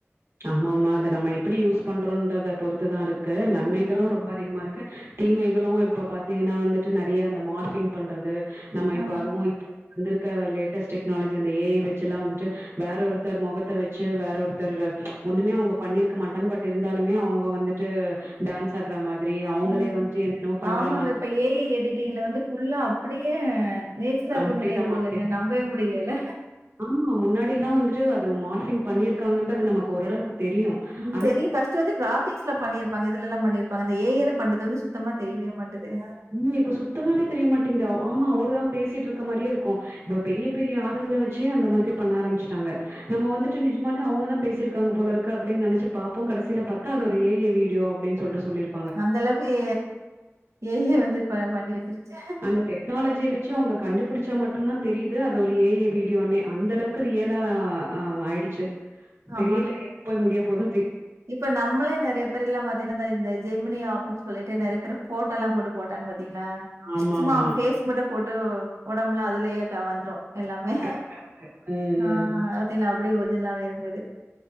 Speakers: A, on the right (about 55°); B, on the right (about 80°).
A: ஆமா ஆமா அத நம்ம எப்படி யூஸ் பண்றோன்றத பொறுத்துதாருக்கு நன்மைகளு
B: ம் ஆமா.
A: ரொம்ப அதிகமா இருக்கு தீமைகளு இப்ப பாத்தீங்கின்னா வந்துட்டு நெறிய அந்த மார்ஃபிங் பண்றது நம்ம
B: ஆ.
A: இப்ப அதுவு இப்போ வந்திருக்கவ லேட்டஸ்ட் டெக்னாலஜி அந்த ஏ ஐ வெச்சுல்லா வந்துட்டு வேற ஒருத்தர் மொகத்த வெச்சு வேற ஒருத்தரோர ஒண்ணுமே அவுங்க பண்ணிருக்க மாட்டாங்க பட் இருந்தாலுமே அவுங்க வந்துட்டு டான்ஸ் ஆடுற மாதிரி அவுங்களே
B: ம்.
A: வந்துட்டு என்னென்னவோ பண்றமா
B: ஆமாங்க. இப்ப ஏஐ எடிட்டிங்ல வந்து ஃபுல்லா அப்படியே நேச்ரலா
A: கம்ப்ளீட்டா
B: இருக்க மாரியே இருக்குது
A: மாத்தி
B: இல்லங்க நம்பவே முடியலல்ல
A: ஆமா முன்னாடியில்லா வந்துட்டு அது மார்ஃபிங் பண்ணியிருக்காங்கன்றது நமக்கு ஓரளவுக்கு தெரியும்.
B: ம்
A: ஆனா
B: தெரியு ஃபஸ்ட்டு வந்து க்ராபிக்ஸ்ல பண்ணிருப்பாங்க இது லெல்லா பண்ணியிருப்பாங்க அந்த ஏ ஐல பண்றது வந்து சுத்தமா தெரிவே மாட்டுது அ
A: ம் இப்ப சுத்தமாவே தெரியமாட்டிங்து அ ஆமா ஒரு ஆம் பேசிட்டுரு க்க மாரியே இருக்கு இப்ப பெரிய பெரிய ஆளுங்குள வெ ச்சு அந்த மாரி பண்ண ஆரம்பிச்சிட்டாங்க நம்ம வந்துட்டு நிஜம்மாலே அவுங்கதா பேசியிருக்காங்க போலருக்கு அப்படின் நெனச்சு பாப்போ கடைசில பாத்தா ஒரு ஏஐ வீடியோ அப்படின்னு சொல்ட்டு சொல்லிரு
B: அந்தளவுக்கு ஏ ஐ வந்து ப பண்ணி வெச்சிருச்சு
A: இந்த டெக்னாலஜிய வெச்சு அவுங்க கண்டுபிடிச்சா மட்டுந்தா தெரியுது அது ஒரு ஏ ஐ வீடியோனே அந்தளவுக் கு ரியலா ஆ ஆயிடுச்சு தெரியில
B: ஆமா.
A: எங்க போய் முடிய போது
B: இப்ப நம் மளே நெறைய பேர்யில்லா பாத்தீங்ன்னா இந்த இந்த ஜெமினி ஆப்புன் சொல்லிட்டு நெறைய பேரு ஃபோட்டால்லா போட்டு போட்டாங்க பாத்தீங்ளா
A: ஆமாமா.
B: சும்மா ஃபேஸ் மட்டு போட்டு ஒடம்புல அதுலயே கா வந்துரு எல்லாமே
A: கரெக்ட். ம்,
B: ஆ
A: ம்.
B: ஆ பாத்திங்களா அப்புடே ஒரிஜின்லாவே இருந்தது